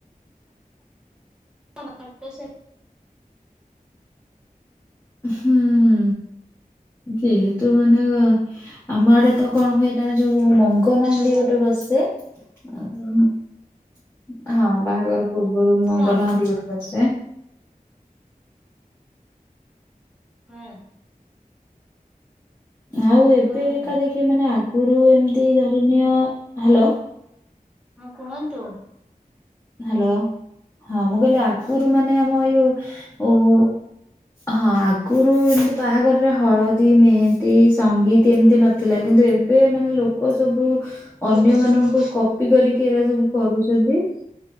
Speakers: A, in the centre; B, on the left.
A: ଗୋଟେ ସେ
B: ହୁଁ ହୁଁ। ଯେହେତୁ ମାନେ ଆମ ଆଡେ ତ କଣ ହୁଏନା ଯୋଉ ମଙ୍ଗ କନହାଣ୍ଡି
A: ଯୋଉ
B: ଗୋଟେ ବସେ ହଁ ବାହାଘର। ପୂର୍ବରୁ ମଙ୍ଗନହାଣ୍ଡି
A: ସେ ଆମ
B: ଗୋଟେ ବସେ।
A: ହେଁ।
B: ଆଉ ଏବେ
A: କଣ
B: ଏକ ଏକା
A: ହେଲା
B: ଦେଖି ମାନେ ଆଗରୁ ଏମତି ଧରଣୀୟ ହ୍ୟାଲୋ।
A: ହଁ କୁହନ୍ତୁ।
B: ହ୍ୟାଲୋ ହଁ ମୁଁ କହିଲି ଆଗରୁ ମାନେ ଆମ ଏଇ ଯୋଉ ହଁ ଆଗରୁ ଏମତି ବାହାଘରରେ ହଳଦୀ ମେହେନ୍ଦୀ ସଙ୍ଗୀତ୍ ତେ ଏମିତି ନଥିଲା କିନ୍ତୁ ଏବେ ମାନେ ଲୋକ ସବୁ ଅନ୍ୟ
A: ଲୋକ
B: ମାନଙ୍କୁ
A: ସବୁ
B: କପି କରିକି ଏରା ସବୁ କରୁଛନ୍ତି।